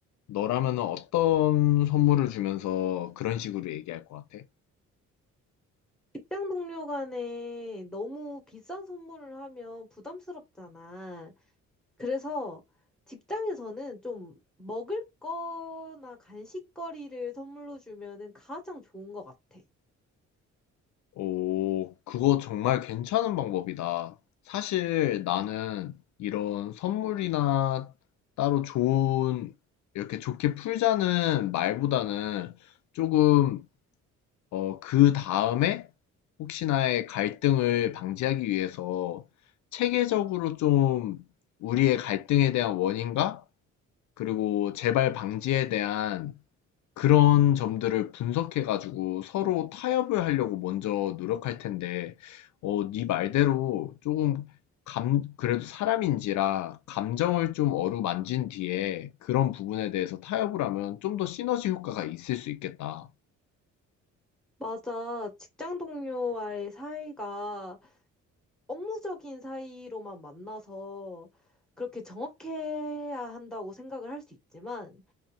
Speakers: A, on the left (about 70°); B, in the centre.
A: 너라면은 어떤 선물을 주면서 그런 식으로 얘기할 것 같아?
B: 직장 동료 간에 너무 비싼 선물을 하면 부담스럽잖아. 그래서 직장에서는 좀 먹을 거나 간식거리를 선물로 주면은 가장 좋은 것 같아.
A: 오, 그거 정말 괜찮은 방법이다. 사실 나는 이런 선물이나 따로 좋은, 이렇게 좋게 풀자는 말보다는 조금, 어, 그 다음에 혹시나의 갈등을 방지하기 위해서 체계적으로 좀 우리의 갈등에 대한 원인과 그리고 재발 방지에 대한 그런 점들을 분석해 가지고 서로 타협을 하려고 먼저 노력할 텐데, 어, 네 말대로 조금 감, 그래도 사람인지라 감정을 좀 어루만진 뒤에 그런 부분에 대해서 타협을 하면 좀 더 시너지 효과가 있을 수 있겠다.
B: 맞아. 직장 동료와의 사이가 업무적인 사이로만 만나서 그렇게 정확해야 한다고 생각을 할 수 있지만